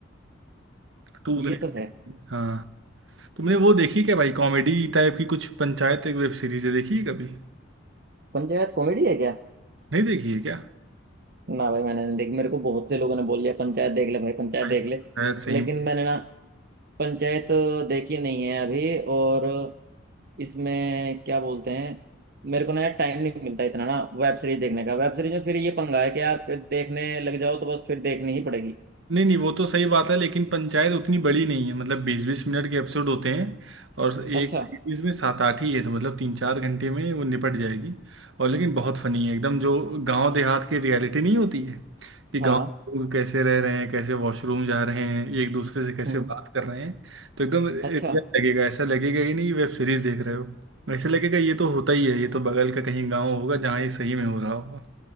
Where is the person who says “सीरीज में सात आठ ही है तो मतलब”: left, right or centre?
Right